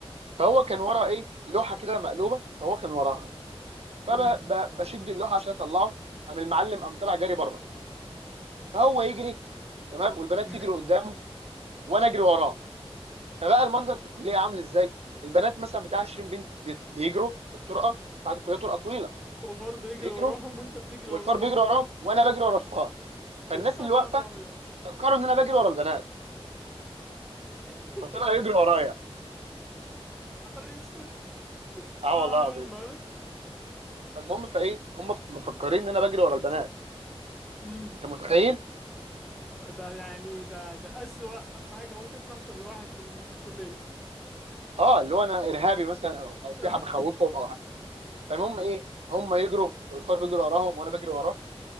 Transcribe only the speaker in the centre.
امم
<laughs>
وفار بيجري
وراهم وانت بتجري
ورا الفار
<laughs>
يا
نهار
ابيض
<laughs> يا
نهار اسود
اه
يا نهار
امم
ده يعني ده ده أسوأ حاجة ممكن تحصل لواحد في ال... في الكلية
اه
<laughs>